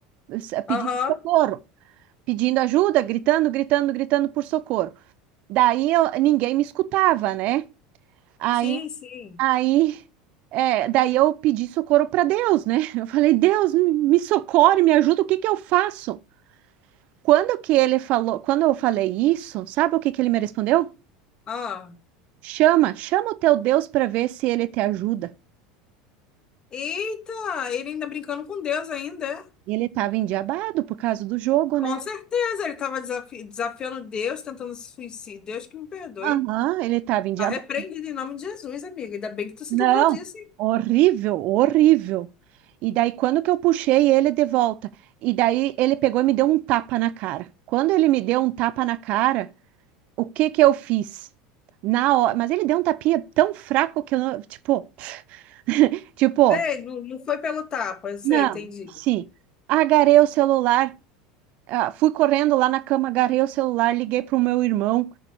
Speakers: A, on the right (about 55°); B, on the left (about 30°).
A: S- Pedindo
B: Aham.
A: socorro, pedindo ajuda, gritando, gritando, gritando por socorro. Daí eu- ninguém me escutava, né? Aí,
B: Sim, sim.
A: aí, é, daí eu pedi socorro para Deus, né? <laughs> Eu falei, Deus, me me socorre, me ajuda, o que que eu faço? Quando que ele falou, quando eu falei isso, sabe o que que ele me respondeu?
B: Ah.
A: Chama, chama o teu Deus para ver se ele te ajuda.
B: Eita, ele ainda brincando com Deus ainda, é?
A: Ele estava endiabado por causa do jogo, né?
B: Com certeza, ele estava desafi- desafiando Deus, tentando se suicídio. Deus que me perdoe.
A: Aham, ele estava endiabado.
B: Arrependido em nome de Jesus, amiga. Ainda bem que tu se
A: Não,
B: livrou disso, hein?
A: horrível, horrível. E daí, quando que eu puxei ele de volta? E daí, ele pegou e me deu um tapa na cara. Quando ele me deu um tapa na cara, o que que eu fiz? Na hora, mas ele deu um tapinha tão fraco que eu não, tipo, <sniffs> tipo,
B: Sei, não, não foi pelo tapa, eu sei,
A: não,
B: entendi.
A: sim. Agarrei o celular, ah, fui correndo lá na cama, agarrei o celular, liguei para o meu irmão